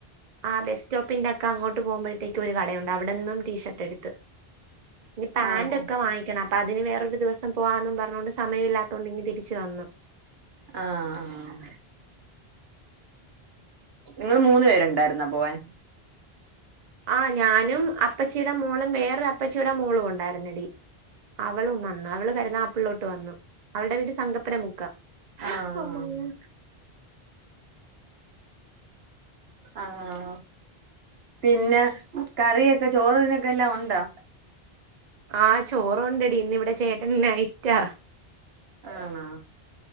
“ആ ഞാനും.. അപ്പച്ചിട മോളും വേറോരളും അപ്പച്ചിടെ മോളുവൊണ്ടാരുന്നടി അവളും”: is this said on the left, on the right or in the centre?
Right